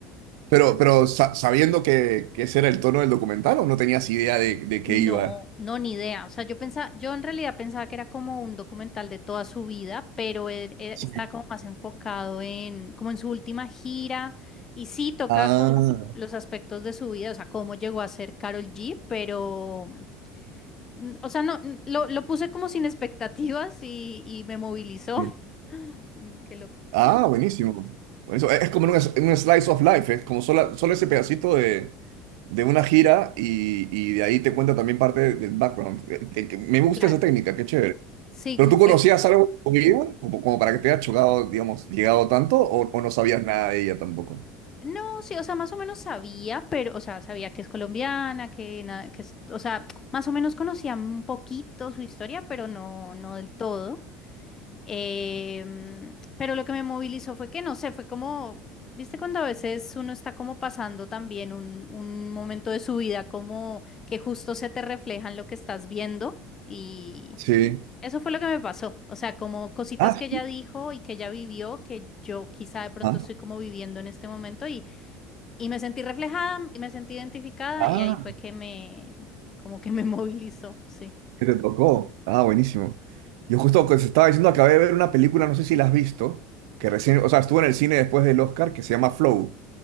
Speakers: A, on the right; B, on the left.
A: Pero, pero sa- sabiendo que, que ese era el tono del documental o no tenías idea de, de
B: No,
A: qué iba.
B: no, ni idea. O sea, yo pensaba, yo en realidad pensaba que era como un documental de toda su vida, pero él, él
A: Sí.
B: está como más enfocado en, como en su última gira, y sí toca
A: Ah,
B: como los aspectos de su vida, o sea, cómo llegó a ser Carol G, pero, mm, o sea, no, mm, lo, lo puse como sin <laughs> expectativas y, y me movilizó.
A: sí.
B: <laughs> Mm, Qué loco.
A: Ah, buenísimo. Buenísimo. Es es como un, es- un slice of life, es como solo, solo ese pedacito de, de una gira y, y de ahí te cuenta también parte del background. Eh, que- que Me gusta
B: Claro.
A: esa técnica, qué chévere.
B: Sí,
A: ¿Pero
B: como
A: tú conocías
B: que
A: algo de tu vida? Como, como para que te haya chocado, digamos, llegado tanto o, o no sabías nada de ella tampoco?
B: No, sí, o sea, más o menos sabía, pero, o sea, sabía que es colombiana, que, na- que es- o sea, más o menos conocía un poquito su historia, pero no, no del todo. Em, pero lo que me movilizó fue que, no sé, fue como, viste cuando a veces uno está como pasando también un, un momento de su vida, como que justo se te refleja en lo que estás viendo y
A: Sí.
B: eso fue lo que me pasó, o sea, como cositas
A: Ah,
B: que ella
A: sí.
B: dijo y que ella vivió, que yo quizá de pronto
A: Ah,
B: estoy como viviendo en este momento y... Y me sentí reflejada y me sentí identificada
A: ah,
B: y ahí fue que me, como que me <laughs> movilizó, sí.
A: que te tocó. Ah, buenísimo. Yo justo que se estaba diciendo, acabé de ver una película, no sé si la has visto, que recién, o sea, estuvo en el cine después del Oscar, que se llama Flow.